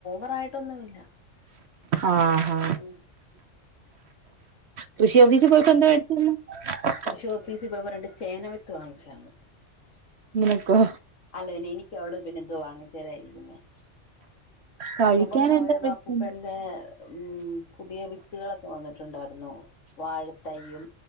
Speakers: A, on the left; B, on the right.
A: <unintelligible> മായിട്ടൊന്നുമില്ല
B: ആഹാ
A: മ് മ്
B: കൃഷി ഓഫീസിൽ പോയിപ്പോ എന്തോ <unintelligible>
A: കൃഷി ഓഫീസിൽ പോയപ്പോ രണ്ട് ചേന വിത്ത് വാങ്ങിച്ചന്ന്
B: നിനക്കോ
A: അല്ലനെ എനിക്ക്വിടെ പിന്നെ ദോ വങ്ങ ചേരായിരുന്നു പിെ
B: കഴിക്കാൻ
A: അപ്പപ്പ പോയത
B: എന്താ മേടിച്ചന്ന്
A: അപ്പൂപ്പന്റെ ഉ പുതിയ വിത്തുകളൊക്കെ വന്നിട്ടുണ്ടായിരുന്നു വാഴത്തൈ്യയും